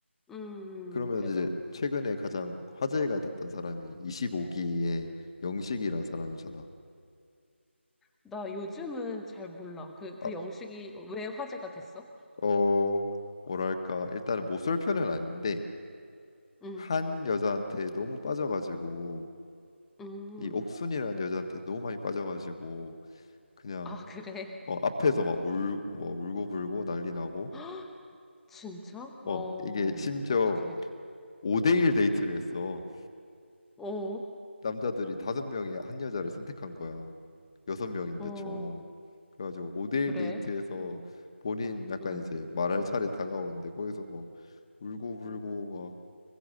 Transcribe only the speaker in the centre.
음,
음. 그래서
나 요즘은 잘 몰라. 그, 그
영식이 왜 화제가 됐어?
음,
음.
아, 그래.
어.
<gasps> 진짜? 어,
어떡해.
어,
어,
어.
그래.
응,
응.